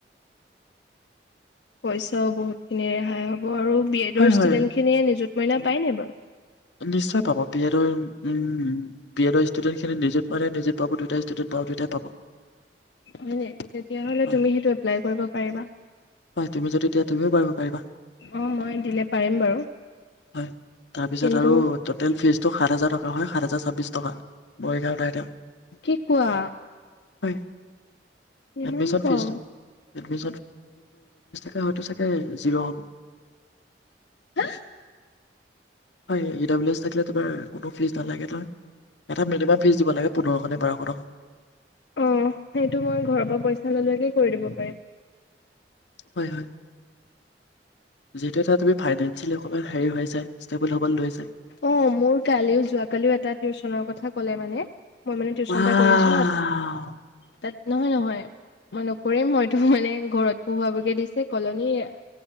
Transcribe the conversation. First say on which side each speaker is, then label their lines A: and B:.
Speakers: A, on the left; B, on the left.
A: পইচাও বহুত খিনি ৰেহাই হ'ব আৰু বি এডৰ
B: হয়
A: ষ্টুডেন্
B: হয়
A: খিনিয়ে মইনা
B: উম,
A: পায় জানো
B: নিশ্চয় পাব পি এডৰ পি এডৰ ষ্টুডেণ্টখিনি নিজে মানে নিজে পাব দুয়টাই ষ্টুডেণ্ট প দুয়টাই পাব
A: অঁ তেতিয়া হলে সেই
B: হয়
A: তো তুমিও এপ্লাই কৰিব পাৰিবা
B: হয় তুমি যদি দিয়া তুমিও পাৰিব পাৰিবা
A: অঁ মই দিলে পাৰিম বাৰু
B: হয় তাৰপিছত
A: কিন্ত
B: আৰু টেল ফিজটো সাত হাজাৰ টকা হয় সাত হাজাৰ ছাব্বিছ টকা মৰিগাঁৱত তাইত
A: কি কোৱা
B: হয়
A: ইমান
B: এডমিন
A: কম
B: ফিজ এডমিন হয় হ'ব
A: হাঁ
B: হয় ই ড এছ থাকিলে তোমাৰ কোনো ফিজ নালাগে নহয় এটা মিনিমাম ফিজ দিব লাগে পোন্ধৰখনে বাৰশ টকা
A: অঁ সেইটো মই ঘৰৰ পৰা পইচাঁ লৈকে কৰি দিব পাৰিম
B: হয় হয় যেতিয়া তুম ফাইনেঞ্চিয়েলি অকনমান হেৰি ষ্টেবল হ'ব লৈ চাই
A: অঁ মোৰ কালিও যোৱা কালিও এটা টিউচনৰ কথা ক'লে মানে মই মানে টিউচন
B: ৱাও
A: এটা কৰি আছো ন তাত নহয় নহয় মই নকৰিম হয়ইতো মানে ঘৰত পোহোৱাবগৈ দিছে কলনীৰ